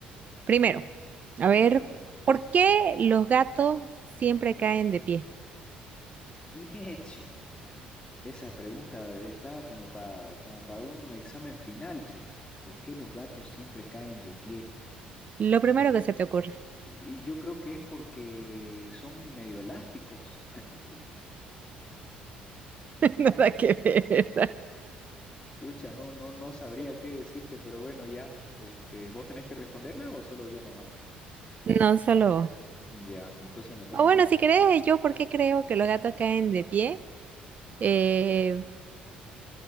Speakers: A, on the right; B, on the left.
A: Primero,
B: Ya.
A: a ver, ¿por qué los gatos siempre caen de pie?
B: Mieche, esa pregunta está como para como para un examen final, che. ¿Por qué los gatos siempre caen de pie?
A: Lo primero
B: Y,
A: que se te ocurra.
B: y yo creo que es porque son medio elásticos. <laughs>
A: <laughs> Nada que ver.
B: Pucha, no, no, no sabría qué decirte, pero bueno, ya. Este, ¿vos tenés que responderla o solo yo nomás?
A: No solo vos.
B: Ya, entonces me toca
A: O bueno,
B: a mí.
A: si querés, yo por qué creo que los gatos caen de pie. Eh,